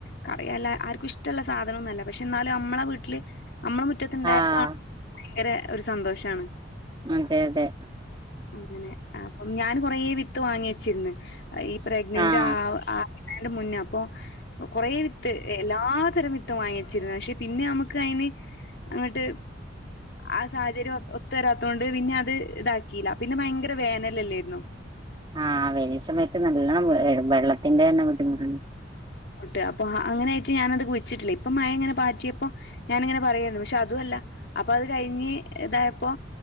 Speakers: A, on the left; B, on the right.
A: കറിയല്ല ആർക്കും ഇഷ്ടമുള്ള സാധനമൊന്നുമല്ല പക്ഷെ എന്നാലും നമ്മളെ വീട്ടില് നമ്മള മുറ്റത്തുണ്ടായത്
B: ആഹ്
A: കാണ ഭയങ്കര ഒരു സന്തോഷാണ്
B: അതെ അതെ
A: അങ്ങനെ അപ്പം ഞാന് കൊറേ വിത്ത് വാങ്ങി വെച്ചിരുന്ന് ഈ പ്രഗ്നന്റ്
B: ആഹ്
A: ആവ് ആവു ന്നേനു മുന്നേ അപ്പൊ കൊറേ വിത്ത് എല്ലാത്തരം വിത്തും വാങ്ങി വെച്ചിരുന്നു പക്ഷെ പിന്നെ നമുക്ക് അയിന് അങ്ങിട്ട് ആ സാഹചര്യം ഒത്തു വരാത്തോണ്ട് പിന്നെ അത് ഇതാ ക്കീല്ല പിന്നെ ഭയങ്കര വേനലല്ലായിരുന്നോ
B: ആഹ് വേനൽ സമയത്ത് നല്ലോണം വെള്ളത്തിന്റെ തന്നെ ബുദ്ധിമുട്ട്
A: ട്ട് അപ്പ അങ്ങനെയിട്ട് ഞാനത് കുഴിച്ചിട്ടില്ലേ ഇപ്പൊ മഴ അങ്ങനെ പാറ്റിയപ്പോ ഞാനിങ്ങനെ പറയാരുന്നു പക്ഷെ അതുമല്ല അപ്പൊ അത് കഴിഞ്ഞ് ഇതായപ്പോ